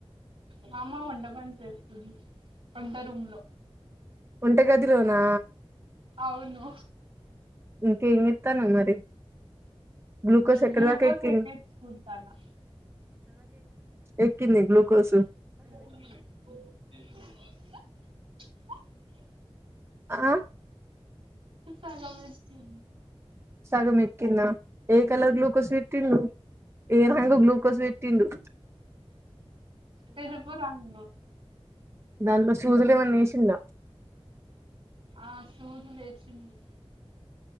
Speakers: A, on the right; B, on the right.
A: మామ వంట పని చేస్తుంది వంట రూమ్ లో.
B: వంట గదిలోనా?
A: అవును
B: ఇంకా ఏంజేస్తాన్నావ్ మరి? గ్లూకోస్ ఎక్కడదాక
A: గ్లూకోస్
B: ఎక్కింది.
A: ఎక్కించుకుంటానా
B: ఎక్కంది గ్లూకోస్
A: అ <unintelligible>
B: ఆ
A: సగమే ఎక్కింది.
B: సగమెక్కిందా? ఏ కలర్ గ్లూకోస్ పెట్టిరు. ఏ రంగు గ్లూకోస్ పెట్టిరు.
A: తెలుపు రంగు
B: దాంట్లో సూదులు ఏమన్నా యేసిండ్రా.
A: ఆ సూదులేసిండ్రు